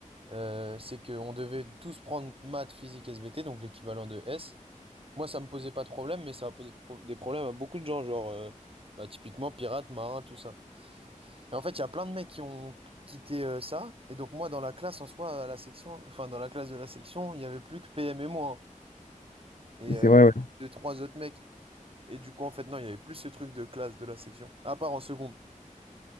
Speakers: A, on the right (about 45°); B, on the left (about 75°).
A: euh, c'est qu'on devait tous prendre maths, physique, SVT, donc l'équivalent de S. Moi, ça me posait pas de problème, mais ça a posé de pro- des problèmes à beaucoup de gens, genre euh, bah, typiquement pirates, marins, tout ça. Et en fait, il y a plein de mecs qui ont quitté euh, ça. Et donc moi, dans la classe en soi, à la section, enfin dans la classe de la section, il y avait plus que PM et moi hein, et
B: C'est
A: euh,
B: vrai, ouais.
A: deux trois autres mecs. Et du coup, en fait, non, il y avait plus ce truc de classe de la section, à part en seconde.